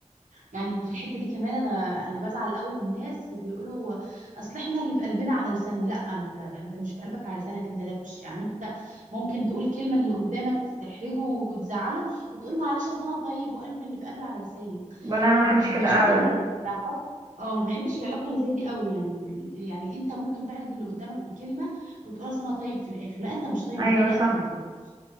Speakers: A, on the right; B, on the right.
A: يعني في الحته دي كمان انا انا بزعل قوي من الناس اللي بيقولوا اصل احنا اللي في قلبنا على لساننا لا انت انت مش في قلبك على لسانك انت دبش يعني انت ممكن تقول كلمه اللي قدامك تحرجه وتزعله وتقول معلش اصل انا طيب وقلبي اللي في قلبي على لساني
B: ولا انا ما بحبش
A: مش
B: كده
A: بشوف
B: ابدا
A: ال- العلاقات اه ما بحبش العلاقه اللي زي دي قوي يعني ال- يعني انت ممكن تعرج اللي قدامك بكلمه وتقول اصل انا طيب في الاخر لا انت مش طيب
B: ايوه
A: انت قليل
B: صح
A: الادب وما تربيتش